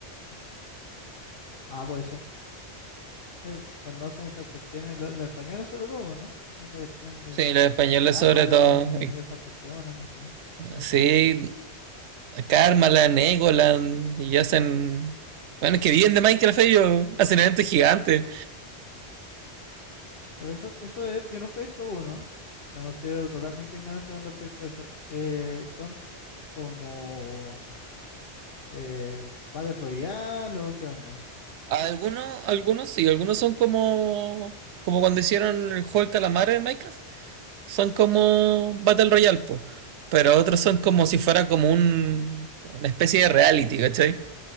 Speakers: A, on the left; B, on the right.
A: Ah, pues eso. Sí, conocen esas cuestiones, lo- los, españoles sobre todo, ¿no? Esa cuestión de
B: Sí, los españoles
A: Karmaland
B: sobre todo.
A: y esas cuestiones, no sé qué. ¿Cómo
B: Sí,
A: se llama?
B: Karmaland, Egoland, y hacen. Bueno, es que viven de Minecraft ellos, hacen eventos gigantes.
A: Pero eso, eso es- yo nunca he visto uno. Me considero totalmente ignorante con respecto a eso. Eh, son como eh, Battle Royale o qué onda.
B: Algunos, algunos sí, algunos son como. Como cuando hicieron el juego del calamar en Minecraft. Son como Battle Royale, po. Pero otros son como si fuera como un. como una especie de reality, ¿cachai?